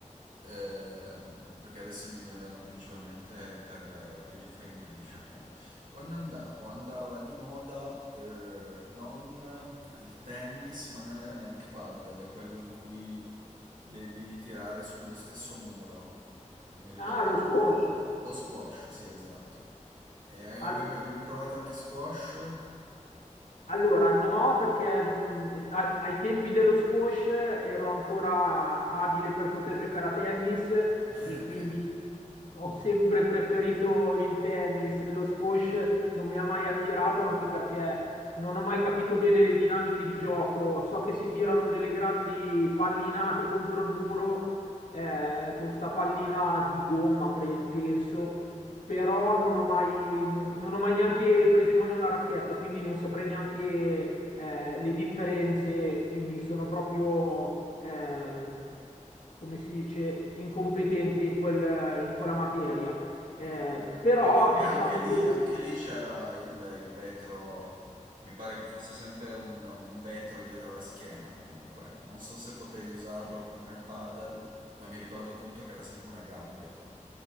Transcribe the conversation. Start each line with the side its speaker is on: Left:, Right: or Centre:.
Right: ehm, perché adesso mi, mi alleno principalmente per, per gli affari miei, diciamo. Quando andavo, andava di moda eh, non il tennis, ma non era neanche paddle, è quello in cui devi tirare sullo stesso muro. Non mi ricordo.
Left: Ah, lo squash.
Right: Lo squash, sì, esatto. E hai hai
Left: Al-
Right: mai hai mai provato anche squash? <laughs>
Left: Allora, no, perché non- a- ai tempi dello squash ero ancora abile per poter giocare a tennis
Right: Eh,
Left: e
Right: Ok.
Left: quindi ho sempre preferito il tennis. Lo squash non mi ha mai attirato anche perché non ho mai capito bene le dinamiche di gioco. So che si tirano delle grandi pallinate contro il muro eh, con sta pallina di gomma, pre- penso però non ho mai, non, non ho mai neanche preso in mano la racchetta, quindi non saprei neanche eh, le differenze, quindi sono proprio, ehm, come si dice, incompetente in quel- in quella materia. Eh,
Right: Eh.
Left: però
Right: No, perché
Left: diciamo
Right: anche lì,
Left: che
Right: anche lì c'era il, il vetro, mi pare che fosse sempre un, un vetro dietro la schiena comunque. Non so se potevi usarlo come nel paddle, ma mi ricordo appunto che era sempre una gabbia.